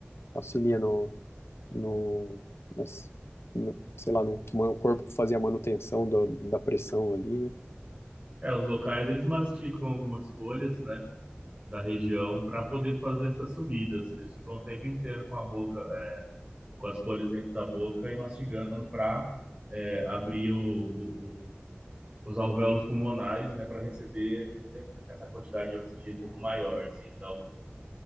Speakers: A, on the left; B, on the right.
A: auxilia no, no, nas- no- sei lá, no, o corpo fazia a manutenção do- da pressão ali, né?
B: É, os locais eles mastigam algumas folhas, né, da região para poder fazer essas subidas. Eles ficam o tempo inteiro com a boca, é, com as folhas dentro da boca e mastigando para abrir o- o- o- os alvéolos pulmonares, né, para receber essa quantidade de oxigênio um pouco maior, assim. Então